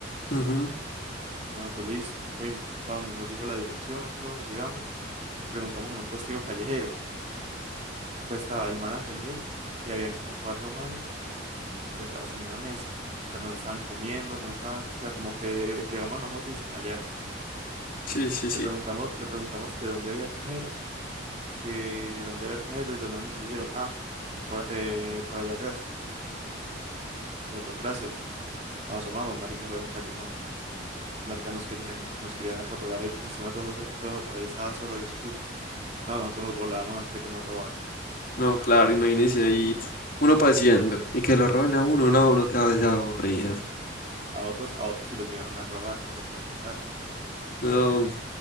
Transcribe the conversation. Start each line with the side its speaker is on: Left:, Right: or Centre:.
Left: Ujú,
Right: Y nosotros, listo, fuimos, para donde nos dijo la dirección, todo, llegamos y preguntamos en un puestico callejero. Y pues estaba el man atendiendo y habían como cuatro manes sentados en una mesa, pero no estaban comiendo, no estaban, o sea, como que eh, llegamos nosotros y se callaron.
Left: Sí, sí, sí.
Right: Le preguntamos, le preguntamos que dónde había cajero, que dónde había cajero y los manes nos dijeron, ah, por, eh, por allá atrás. Y nosotros, gracias. Nos asomamos, maricas, era un callejón. Los maricas nos querían, nos querían acorralar ahí porque encima todo eso, todo eso por ahí estaba solo y oscuro. No, nosotros nos volábamos antes de que nos robaran.
Left: No, claro, imagínese ahí uno paseando y que lo roben a uno, no, uno cada vez aburrido.
Right: A otros, a otros sí los llegaron a robar, por lo que me contaron.
Left: No,